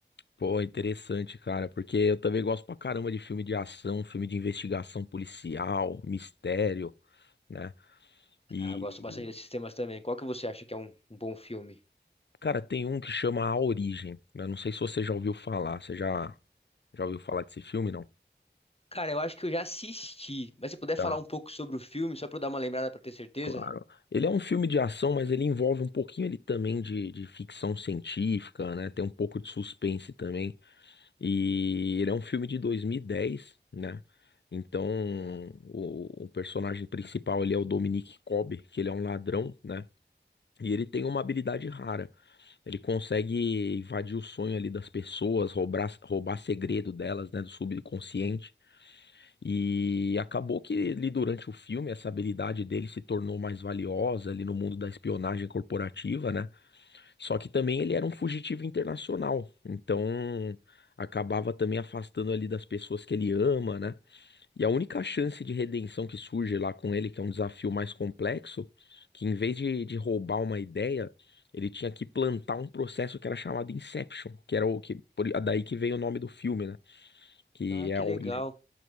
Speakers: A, on the left (about 75°); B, on the left (about 35°).
A: Pô, interessante, cara, porque eu também gosto pra caramba de filme de ação, filme de investigação policial, mistério, né? E,
B: Ah, gosto bastante desses temas também. Qual que você acha que é um, um bom filme?
A: cara, tem um que chama A Origem, né? Não sei se você já ouviu falar, você já, já ouviu falar desse filme, não?
B: Cara, eu acho que eu já assisti, mas se puder
A: Tá.
B: falar um pouco sobre o filme, só pra eu dar uma lembrada pra ter certeza?
A: Claro. Ele é um filme de ação, mas ele envolve um pouquinho ele também de, de ficção científica, né? Tem um pouco de suspense também. E ele é um filme de 2010, né? Então,
B: Tá.
A: o, o personagem principal ele é o Dominic Cobb, que ele é um ladrão, né? E ele tem uma habilidade rara. Ele consegue invadir o sonho ali das pessoas, roubar, roubar segredo delas, né? Do subconsciente. E acabou que ele, durante o filme, essa habilidade dele se tornou mais valiosa ali no mundo da espionagem corporativa, né? Só que também ele era um fugitivo internacional, então acabava também afastando ali das pessoas que ele ama, né? E a única chance de redenção que surge lá com ele, que é um desafio mais complexo, que em vez de, de roubar uma ideia, ele tinha que plantar um processo que era chamado Inception, que era o que, por- daí que vem o nome do filme, né? Que
B: Ah, que
A: é a
B: legal.
A: origem.